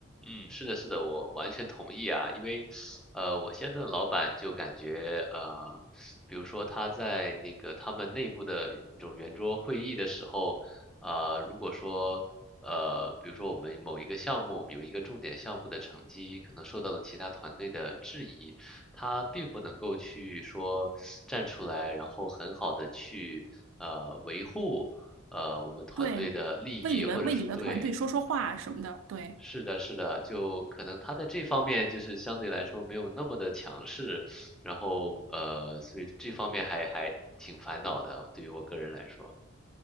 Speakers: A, in the centre; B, on the right (about 75°).
A: 嗯，是的，是的，我完全同意啊，因为，呃，我现在的老板就感觉，呃，比如说他在那个他们内部的那种圆桌会议的时候，呃，如果说，呃，比如说我们某一个项目，有一个重点项目的成绩可能受到了其他团队的质疑，他并不能够去说站出来，然后很好的去，呃，维护。呃，我们团队的利益，
B: 对，为你们为你们的团队说说话什么的，
A: 或者是对，
B: 对。
A: 是的，是的，就可能他在这方面就是相对来说没有那么的强势，然后呃，所以这方面还还挺烦恼的，对于我个人来说，